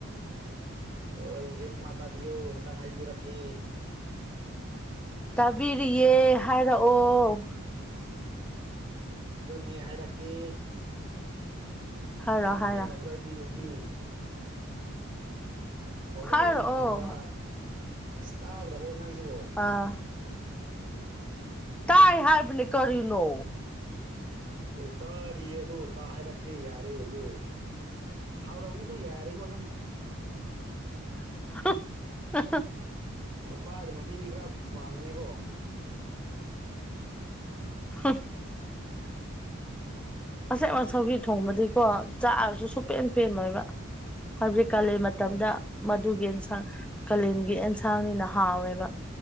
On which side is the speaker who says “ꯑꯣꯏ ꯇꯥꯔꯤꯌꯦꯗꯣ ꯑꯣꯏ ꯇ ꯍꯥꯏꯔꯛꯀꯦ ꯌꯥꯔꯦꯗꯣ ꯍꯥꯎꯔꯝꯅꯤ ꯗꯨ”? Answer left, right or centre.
Right